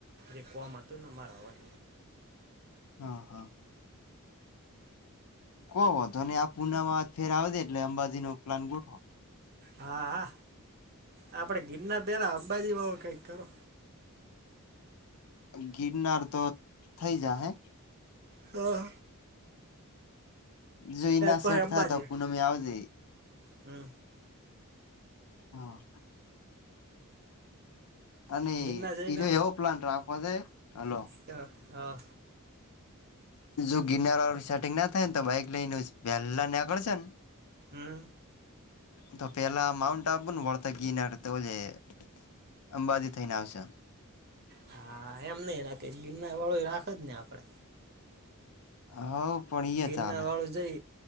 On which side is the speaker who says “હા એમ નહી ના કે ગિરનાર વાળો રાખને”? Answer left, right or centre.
Right